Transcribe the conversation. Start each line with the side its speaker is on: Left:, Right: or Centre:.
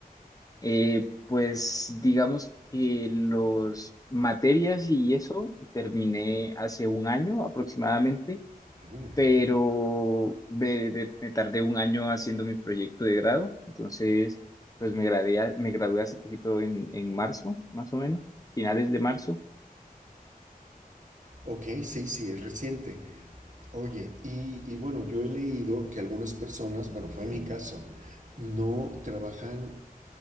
Left: Eh, pues digamos que los materias y eso terminé hace un año aproximadamente
Right: Ah,
Left: pero me, de- me tardé un año haciendo mi proyecto de grado, entonces pues me gradué, a- me gradué hace poquito en, en marzo, más o menos, finales de marzo.
Right: ok, sí, sí, es reciente. Oye, y, y bueno, yo he leído que algunas personas, bueno, fue mi caso, no trabajan